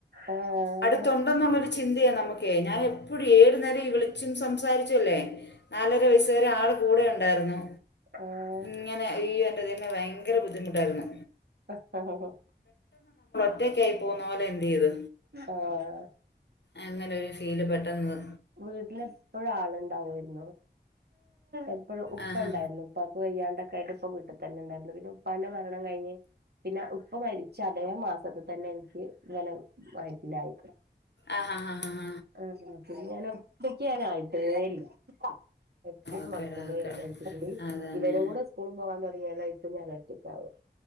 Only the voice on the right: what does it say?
ആണ്ല്ലേ ആഹ്
ആഹ്
ഹ ഹ ഹ
ആഹ്
വീട്ടില് എപ്പഴും ആളുണ്ടാവുവായിരുന്നു എപ്പഴും ഉപ്പ
ഉണ്ടായിരുന്നു ഉപ്പാക്ക് വയ്യാണ്ടൊക്കെ ആയിട്ട് ഇപ്പം വീട്ടി തന്നെ ഉണ്ടായിരുന്നു പിന്നെ ഉപ്പാൻ്റെ മരണം കഴിഞ്ഞ് പിന്നെ ഉപ്പ മരിച്ച അതേ മാസത്തി തന്നെ എനിക്ക് <unintelligible> വയറ്റിലായി
ആ ഞാൻ ഒറ്റക്ക് ഞാൻ ആയിട്ടേ ഇല്ല എത്ര
മക്കള്
എ <unintelligible>
ഇവരും കൂടെ സ്കൂൾ പോകാൻ തുടങ്ങിയാലായി വീണ്ടും ഞാൻ ഒറ്റക്കാവും